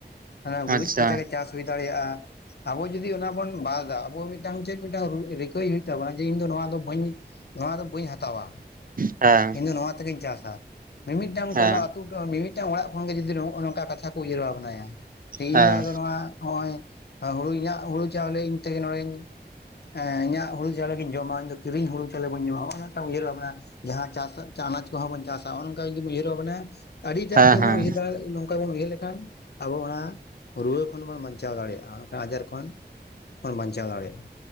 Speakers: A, on the left; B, on the right.
A: <inaudible>
B: ᱦᱮᱸ
A: ᱜᱩᱨᱤᱡ
B: ᱟᱪᱪᱷᱟ
A: ᱠᱚᱛᱮ ᱜᱮ ᱪᱟᱥ ᱦᱩᱭ ᱫᱟᱲᱮᱭᱟᱜᱼᱟ ᱟᱵᱚ ᱡᱩᱫᱤ ᱚᱱᱟ ᱵᱚᱱ ᱵᱟᱫᱟ ᱟᱵᱚ ᱢᱤᱫᱴᱟᱝ ᱪᱮᱫ ᱢᱤᱫᱴᱟᱝ ᱨᱤᱠᱟᱹᱭ ᱦᱩᱭᱩᱜ ᱛᱟᱵᱚᱱᱟ ᱡᱮ ᱤᱧ ᱫᱚ ᱱᱚᱣᱟ ᱫᱚ ᱵᱟᱹᱧ ᱱᱚᱣᱟ ᱫᱚ ᱵᱟᱹᱧ ᱦᱟᱛᱟᱣᱟ
B: ᱦᱮᱸ
A: ᱤᱧ ᱫᱚ ᱱᱚᱣᱟ ᱛᱮᱜᱤᱧ ᱪᱟᱥᱟ ᱢᱤᱢᱤᱫᱴᱟᱝ
B: ᱦᱮᱸ
A: ᱴᱚᱞᱟ ᱢᱤᱢᱴᱟᱝ ᱚᱲᱟᱜ ᱠᱷᱚᱱ ᱜᱮ ᱡᱩᱫᱤ ᱱᱚᱜᱚᱭ ᱱᱚᱝᱠᱟ ᱠᱟᱛᱷᱟ ᱠᱚ ᱩᱭᱦᱟᱹᱨᱟ ᱵᱷᱟᱵᱱᱟᱭᱟ ᱾ ᱛᱤᱦᱤᱧ
B: ᱦᱮᱸ
A: ᱫᱚ ᱟᱫᱚ ᱱᱚᱣᱟ ᱱᱚᱜᱼᱚᱭ ᱦᱩᱲᱩ ᱤᱧᱟᱹᱜ ᱦᱩᱲᱩ ᱪᱟᱣᱞᱮ ᱤᱧ ᱛᱮᱜᱮ ᱱᱚᱜᱚᱭ ᱮᱸ ᱤᱧᱟᱜ ᱦᱩᱲᱩ ᱪᱟᱣᱞᱮᱧ ᱡᱚᱢᱟ ᱤᱧ ᱠᱤᱨᱤ ᱦᱩᱲᱩ ᱪᱟᱣᱞᱮᱧ ᱫᱚ ᱵᱟᱹᱧ ᱡᱚᱢᱟ ᱚᱱᱟ ᱢᱤᱫᱴᱟᱝ ᱩᱭᱦᱟᱹᱨᱟ ᱵᱷᱟᱵᱱᱟ᱾ ᱡᱟᱦᱟᱸ ᱪᱟᱥ ᱟᱱᱟᱡ ᱠᱚᱦᱚᱸ ᱵᱚᱱ ᱪᱟᱥᱟ ᱚᱱᱚ ᱱᱚᱝᱠᱟ ᱡᱩᱫᱤ ᱩᱭᱦᱟᱹᱨ ᱵᱷᱟᱵᱱᱟ ᱭᱟ᱾ ᱟᱹᱰᱤᱴᱟᱜ
B: ᱦᱮᱸ
A: ᱜᱮᱵᱚᱱ
B: ᱦᱮᱸ
A: ᱩᱭᱦᱟᱹᱨ ᱫᱟᱲᱮ ᱱᱚᱝᱠᱟ ᱵᱚᱱ ᱩᱭᱦᱟᱹᱨ ᱞᱮᱠᱷᱟᱱ ᱟᱵᱚ ᱚᱱᱟ ᱨᱩᱣᱟᱹ ᱠᱷᱚᱱ ᱵᱚᱱ ᱵᱟᱧᱪᱟᱣ ᱫᱟᱲᱮᱭᱟᱜᱼᱟ ᱚᱱᱠᱟ ᱟᱡᱟᱨ ᱠᱷᱚᱱ ᱵᱚᱱ ᱵᱟᱧᱪᱟᱣ ᱫᱟᱲᱮᱭᱟᱜᱼᱟ᱾